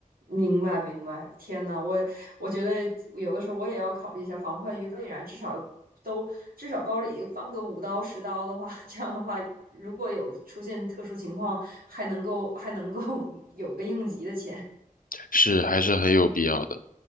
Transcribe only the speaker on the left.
是还是很有必要的。